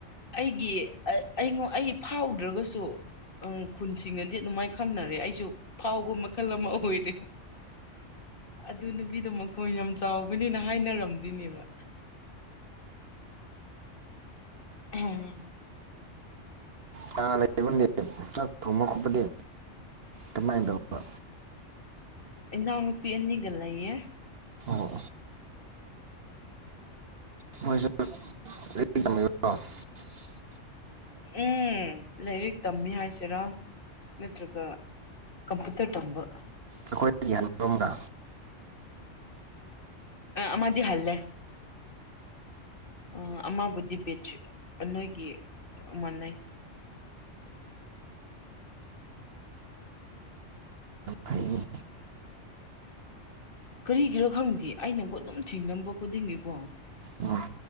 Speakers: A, on the left; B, on the right.
A: ꯑꯩꯒꯤ ꯑꯩꯉꫭꯟ ꯑꯩ ꯐꯥꯎꯗ꯭ꯔꯒꯁꯨ ꯑꯪ ꯈꯨꯟꯁꯤꯡꯅꯗꯤ ꯑꯗꯨꯃꯥꯏꯅ ꯈꯪꯅꯔꯦ ꯑꯩꯁꯨ ꯐꯥꯎꯕ ꯃꯈꯜ ꯑꯃ ꯑꯣꯏꯔꯦꯕ ꯑꯗꯨ ꯅꯨꯄꯤꯗꯣ ꯃꯈꫭꯟ ꯌꯥꯝ ꯆꯥꯎꯕꯅꯤꯅ ꯍꯥꯏꯅꯔꯝꯗꯣꯏꯅꯦꯕ ꯑꯍꯝ
B: ꯍꯅ ꯂꯩ ꯆꯥꯛ ꯊꯣꯡꯕ ꯈꯣꯠꯄꯗꯤ ꯑꯗꯨꯃꯥꯏꯅ ꯇꯧꯕ
A: ꯏꯅꯥꯎ ꯅꯨꯄꯤ ꯑꯅꯤꯒ ꯂꯩꯌ‌ꯦ
B: ꯑꯣ ꯃꯣꯏꯁꯨ ꯔ ꯇꯝꯕꯤꯕ꯭ꯔꯣ <unintelligible>
A: ꯎꯝ ꯂꯥꯏꯔꯤꯛ ꯇꯝꯃꯤ ꯍꯥꯏꯁꯤꯔꯥ ꯅꯠꯇ꯭ꯔꯒ ꯀꯝꯄ꯭ꯌꯨꯇꯔ ꯇꯝꯕ
B: ꯑꯩꯈꯣꯏ ꯌꯥꯌꯥꯟꯔꯣꯝꯒ
A: ꯑ ꯃꯗꯤ ꯍꯜꯂꯦ ꯑꯥ ꯑꯃꯥꯕꯨꯗꯤ ꯕꯤꯆꯁ ꯅꯣꯏꯒꯤ ꯃꯥꯟꯅꯩ
B: ꯐꯩꯅꯦ
A: ꯀꯔꯤꯒꯤꯔꯥ ꯈꯪꯗꯦ ꯑꯩꯅꯀꫭ ꯑꯗꯨꯝ ꯊꯦꯡꯅꯕ ꯈꯨꯗꯤꯡꯒꯤꯀꯣ
B: ꯎꯝ